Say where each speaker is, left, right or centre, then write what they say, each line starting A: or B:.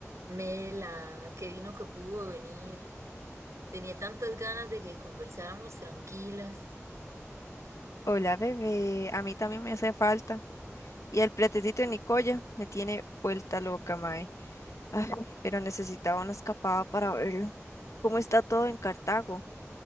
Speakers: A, on the right (about 70°); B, on the left (about 75°).
A: Mela, qué vino que pudo venir. Tenía tantas ganas de que conversáramos tranquilas.
B: Hola, bebé. A mí también me hace falta. Y el pretecito de Nicoya me tiene vuelta loca, mae. Ay, pero necesitaba una escapada para verlo. ¿Cómo está todo en Cartago?